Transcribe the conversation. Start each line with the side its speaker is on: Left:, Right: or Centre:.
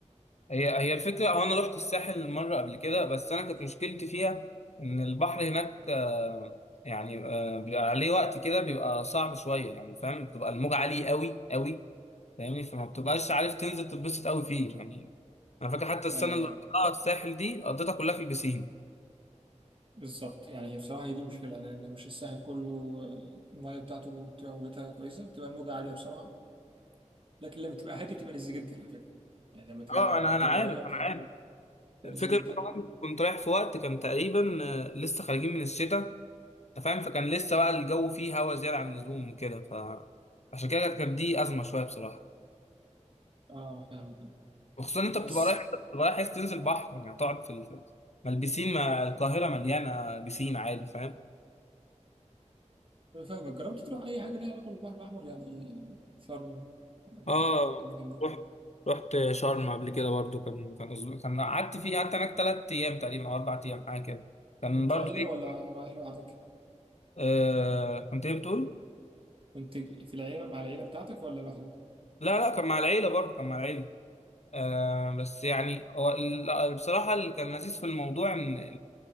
Left: هي هي الفكره هو انا رحت الساحل مره قبل كده بس انا كانت مشكلتي فيها ان البحر هناك آه، يعني آه، بيبقى عليه وقت كده بيبقى صعب شويه يعني فاهم بتبقى الموجه عاليه قوي قوي فاهمني فما بتبقاش عارف تنزل تتبسط قوي فيه يعني انا فاكر حتى السنه
Right: آه
Left: اللي قضيتها في الساحل دي قضيتها كلها في البسين
Right: بالظبط يعني هي بصراحه هي دي مشكله لان مش الساحل كله آه، الميه بتاعته بتبقى موجتها كويسه بتبقى الموجه عاليه بسرعه لكن لما تبقى هاديه بتبقى لذيذه جدا على فكره يعني لما تبقى
Left: اه انا
Right: الدنيا
Left: انا عارف
Right: رايقه بتبقى
Left: انا عارف الفكره
Right: لذيذه جدا
Left: كمان كنت رايح في وقت كان تقريبا آه، لسه خارجين من الشتاء انت فاهم فكان لسه بقى الجو فيه هوا زياده عن اللزوم وكده ف عشان كده كانت دي ازمه شويه بصراحه
Right: اه فاهمك
Left: وخصوصا إن انت بتبقى
Right: بس
Left: رايح انت بتبقى رايح عايز تنزل بحر يعني هتقعد في ال... ما البسين ما القاهره مليانه بسين عادي فاهم
Right: فاهمك جربت تروح اي حاجه ليها علاقه بالبحر الاحمر يعني شرم آه،
Left: اه
Right: الاماكن دي
Left: رحت رحت شرم قبل كده برضو كان كان أسبوع- كان قعدت فيه قعدت هناك ثلاث ايام تقريبا او اربع ايام حاجه كده كان
Right: كنتوا
Left: برضو
Right: عيله
Left: ايه
Right: ولا رايح لوحدك؟
Left: آه كنت ايه بتقول؟
Right: كنت في العيلة مع العيلة بتاعتك ولا لوحدك؟
Left: لا لا كان مع العيله برضو كان مع العيله آه بس يعني هو ال- بصراحه اللي كان لذيذ في الموضوع ان